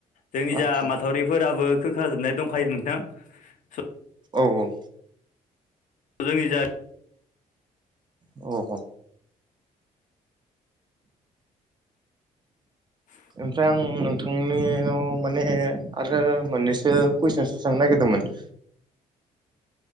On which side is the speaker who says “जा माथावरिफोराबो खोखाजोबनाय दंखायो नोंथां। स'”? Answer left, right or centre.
Left